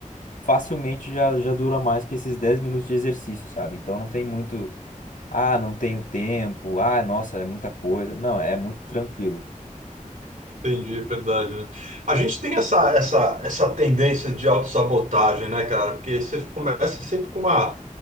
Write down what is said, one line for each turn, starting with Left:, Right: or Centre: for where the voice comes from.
Left: facilmente já, já dura mais que esses 10 minutos de exercício, sabe? Então não tem muito, ah, não tenho tempo, ah, nossa, é muita coisa. Não, é muito tranquilo.
Right: Entendi, é verdade, né? A gente tem essa, essa, essa tendência de autossabotagem, né, cara? Porque você começa sempre com uma